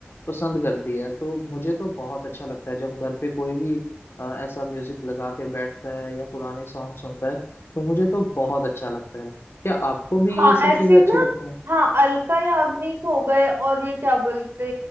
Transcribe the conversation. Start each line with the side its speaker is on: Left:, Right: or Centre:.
Left: पसंद करती है तो मुझे तो बहुत अच्छा लगता है जब घर पे कोई भी अ, ऐसा म्यूजिक लगा के बैठता है या पुराने सॉन्ग सुनता है तो मुझे तो बहुत अच्छा लगता है क्या आपको भी
Right: हाँ
Left: ये सब
Right: ऐसी
Left: चीजें अच्छी
Right: ना
Left: लगती हैं
Right: हाँ अलका याग्निक हो गए और ये क्या बोलते